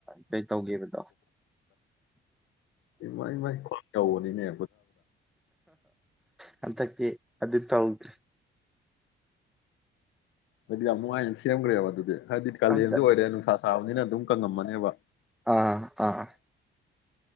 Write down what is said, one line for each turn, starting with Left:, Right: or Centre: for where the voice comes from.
Centre: ꯀꯩ ꯇꯧꯈꯤꯕꯗꯣ
Left: ꯏꯃ ꯏꯃꯥꯏ ꯇꯧꯅꯤꯅꯦ
Centre: ꯍꯟꯊꯀꯤ ꯑꯗꯨ ꯇꯧꯗ꯭ꯔꯦ
Left: ꯑꯗꯨꯗꯤ ꯌꯥꯝ ꯅꯨꯡꯉꯥꯏꯅ ꯁꯦꯝꯈ꯭ꯔꯦꯕ ꯑꯗꯨꯗꯤ ꯍꯥꯏꯗꯤ ꯀꯥꯂꯦꯟꯁꯨ
Centre: ꯍꯟꯗꯛ
Left: ꯑꯣꯏꯔꯦ ꯅꯨꯡꯁꯥ ꯁꯥꯕꯅꯤꯅ ꯑꯗꯨꯝ ꯀꯪꯉꯝꯃꯅꯦꯕ
Centre: ꯑꯥ ꯑꯥ